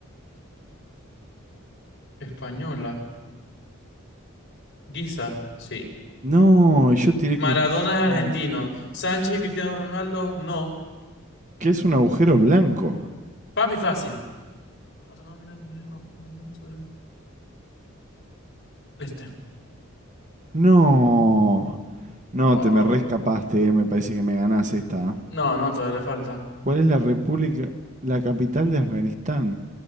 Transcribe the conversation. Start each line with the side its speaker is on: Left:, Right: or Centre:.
Left: Española. Guisa, sí.
Right: No, yo tiré
Left: Maradona
Right: Cristiano.
Left: es
Right: Ronaldo.
Left: argentino. Sánchez y Cristiano Ronaldo, no.
Right: ¿Qué es un agujero blanco?
Left: Papi, fácil. Otro nombre, mío, no me acuerdo sobre- Este.
Right: No, no,
Left: Papi.
Right: te me rescapaste, me parece que me ganás esta. ¿eh?
Left: No, no, todavía le falta.
Right: ¿Cuál es la república, la capital de Afganistán?